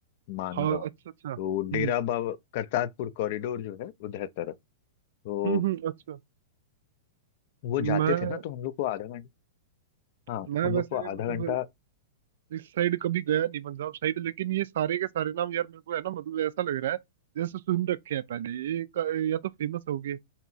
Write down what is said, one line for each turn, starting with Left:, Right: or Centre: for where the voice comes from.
Left: मान
Right: हाँ
Left: गांव
Right: अच्छा अच्छा हम्म
Left: तो डेरा बाबा करतारपुर कॉरिडोर जो है उधर तरफ तो
Right: हम्म हम्म अच्छा
Left: वो
Right: मैं
Left: जाते थे ना तो हम लोग को आधा घंटा हाँ
Right: मैं
Left: हम लोग
Right: वैसे
Left: को आधा
Right: मतलब
Left: घंटा
Right: इस साइड कभी गया नहीं पंजाब साइड लेकिन ये सारे के सारे नाम यार मेरे को है ना मतलब ऐसा लग रहा है जैसे सुन रखे हैं पहले ये का- या तो फेमस हो गए